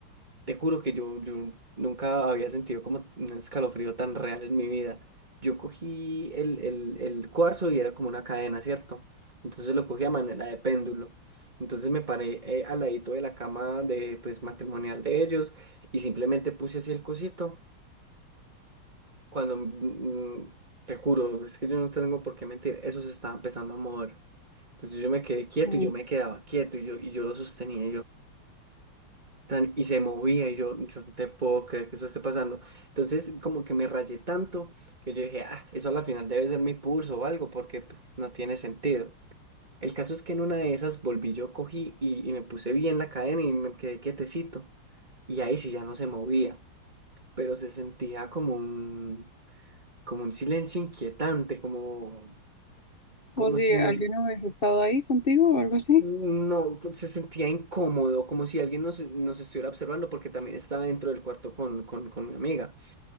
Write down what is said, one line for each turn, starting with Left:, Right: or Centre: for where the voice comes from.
Right: te juro que yo, yo nunca había sentido como un escalofrío tan real en mi vida. Yo cogí el, el, el cuarzo y era como una cadena, ¿cierto? Entonces lo cogí a manera de péndulo. Entonces me paré eh, al ladito de la cama de, pues, matrimonial de ellos y simplemente puse así el cosito. Cuando, mm, mm, te juro, es que yo no tengo por qué mentir, eso se estaba empezando a mover. Entonces yo me quedé quieto
Left: Como
Right: y yo me quedaba quieto y yo, y yo lo sostenía tan- y se movía y yo, yo no te puedo creer que eso esté pasando. Entonces como que me rayé tanto que yo dije, ah, eso a la final debe ser mi pulso o algo porque pues no tiene sentido. El caso es que en una de esas volví yo, cogí y, y me puse bien la cadena y me quedé quietecito. Y ahí sí ya no se movía, pero se sentía como un, como un silencio inquietante, como, como
Left: como si
Right: si
Left: alguien
Right: nos...
Left: hubiese estado ahí contigo o algo así.
Right: No, pues, se sentía incómodo, como si alguien nos, nos estuviera observando, porque también estaba dentro del cuarto con, con, con mi amiga.